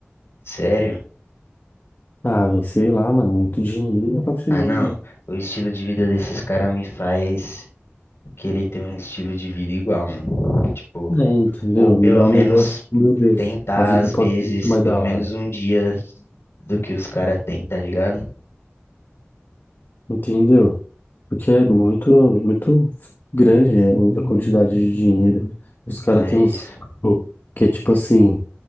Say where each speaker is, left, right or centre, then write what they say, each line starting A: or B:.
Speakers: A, on the left; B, on the left.
A: Sério?
B: Ah, velho, sei lá, mano, muito dinheiro. Não tá chegando.
A: Ah, não. O estilo de vida desses caras me faz querer ter um estilo de vida igual, mano. Tipo,
B: É, entendeu?
A: ou pelo
B: Me dá um
A: menos
B: negócio, tipo, meu Deus,
A: tentar,
B: a vida
A: às
B: pode
A: vezes,
B: ser muito mais
A: pelo
B: da
A: menos
B: hora.
A: um dia do que os caras têm, tá ligado?
B: Entendeu? Porque é muito, muito grande, né, a quantidade de dinheiro. Os
A: Não,
B: caras
A: é
B: têm
A: isso.
B: uns. Que é tipo assim,